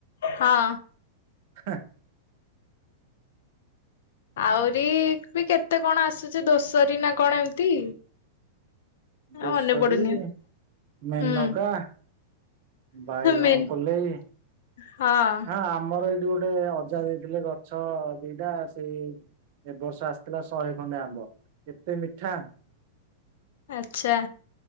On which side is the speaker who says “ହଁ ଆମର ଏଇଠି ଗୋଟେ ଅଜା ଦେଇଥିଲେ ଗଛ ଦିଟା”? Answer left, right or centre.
Right